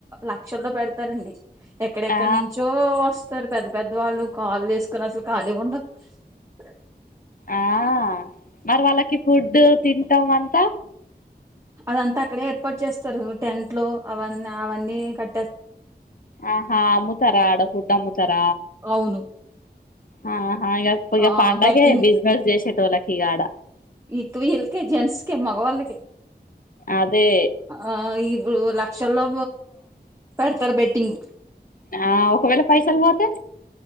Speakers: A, on the right (about 15°); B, on the left (about 55°).
A: లక్షల్లో పెడతారండి ఎక్కడెక్కడి
B: ఆ
A: నుంచో వస్తారు పెద్ పెద్దవాళ్ళు కాళ్ళు చేసుకొని అసలు ఖాళీ <unintelligible>
B: ఆ మరి వాళ్ళకి ఫుడ్డు తింటాం అంత
A: అదంతా అక్కడే ఏర్పాటు చేస్తారు టెంట్ లో అవన్నీ అవన్నీ క
B: ఆహా అమ్ముతార ఆడ ఫుడ్ అమ్ముతార
A: అవును
B: ఆ ఇగ ఇగ
A: ఆ
B: పండగే
A: బెట్టింగ్
B: బిజినెస్ చేసేటోల్లకి ఆడ
A: <unintelligible> వీళ్ళకే జెంట్స్కే మగవాళ్ళకే
B: అదే
A: ఆ లక్షల్లో పెడతారు బెట్టింగ్
B: ఆ ఒకవేళ పైసలు పోతే